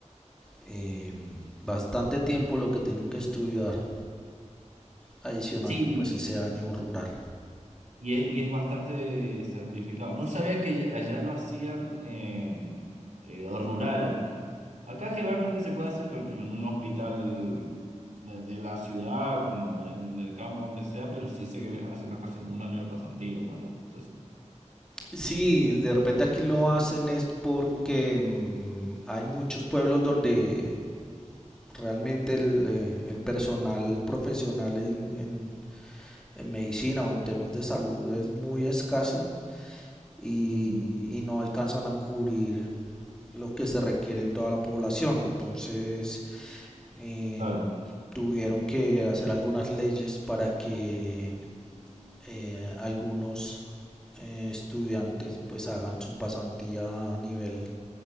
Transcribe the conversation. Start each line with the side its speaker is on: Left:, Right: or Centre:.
Centre: eh, bastante tiempo lo que tienen que estudiar, adicionando
Right: Sí,
Centre: pues ese año rural.
Right: Y es, y es bastante sacrificado. No sabía que allá lo hacían eh, eh, rural. Acá generalmente se puede hacer en, en un hospital de, de la ciudad, como en, en el campo, donde sea, pero sí sé que les hacen hacer un año de pasantía, una cosa así.
Centre: Sí, de repente aquí lo hacen es porque mm, hay muchos pueblos donde realmente el, eh, el personal profesional en, en- en medicina o en temas de salud es muy escaso y,
Right: Ujú,
Centre: y no alcanzan a cubrir lo que se requiere en toda la población. Entonces, eh,
Right: Claro.
Centre: tuvieron que hacer algunas leyes para que eh, algunos eh, estudiantes pues hagan su pasantía a nivel